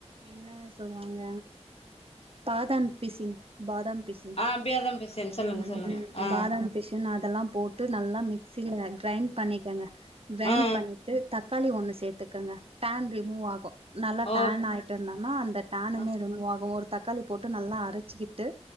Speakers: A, on the right; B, on the left.
A: என்ன சொல்லுவாங்க பாதான் பிசின் பாதாம் பிசின்
B: ஆ அப்டியாதா பேசுறேன் சொல்லுங்க
A: ம்
B: சொல்லுங்க
A: ம் ம்
B: ஆ
A: பாதாம் பிசின் அதலாம் போட்டு நல்லா மிக்சில க்ரைன் பண்ணிக்கங்க க்ரைன்
B: ஆ
A: பண்ணிட்டு தக் க்காளி ஒன்னு சேத்துக்கங்க டேன் ரிமூவ் ஆகு நல்லா
B: ஓக்
A: டேன் ஆயிட் டுந்தனா அந்த டேனுமே
B: ஆ
A: ரிமூவாகு ஒரு தக்காளி போட்டு நல்லா அரச்சிகிட்டு